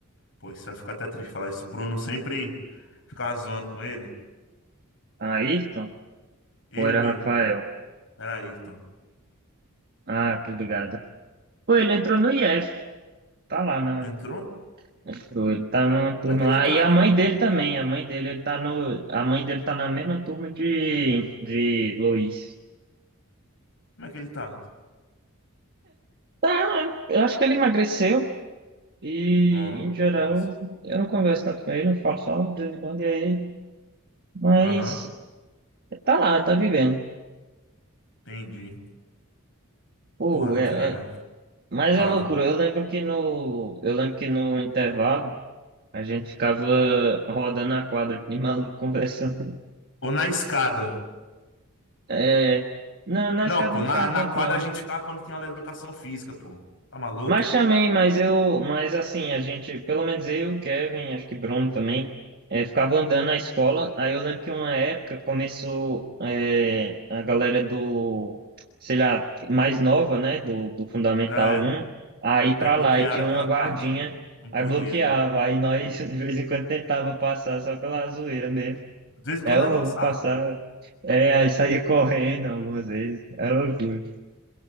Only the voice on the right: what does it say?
Ayrton?
Ou era
Rafael?
Ah, tô ligado. Pô, ele entrou no IF. Tá lá na...
Entrou, ele tá numa turma
lá.
E a
mãe dele também. A mãe dele, ele tá no... A mãe dele tá na mesma turma de, de Luiz.
Tá, eu acho que ele emagreceu. E,
em geral,
eu não converso tanto com ele, eu falo só de vez em quando, e aí, mas
tá lá, tá vivendo.
Pô,
é,
é- mas
é loucura. Eu lembro que no, eu lembro que no intervalo a gente ficava rodando a quadra, de maluco <laughs> conversando.
É, na, na
escada
não
ficava
tanto,
não.
Mas
também, mas eu, mas assim, a gente, pelo menos eu, Kevin, acho que Bruno também, eh, ficava andando na escola. Aí eu lembro que uma época começou eh, a galera do, sei lá, mais nova, né, do, do Fundamental
um a ir
pra
lá e tinha
uma guardinha,
aí bloqueava, aí nós <laughs> de vez em quando tentava passar só pela zoeira mesmo.
Aí eu
"Ô,
vou passar, é, aí saía correndo algumas vezes, era loucura.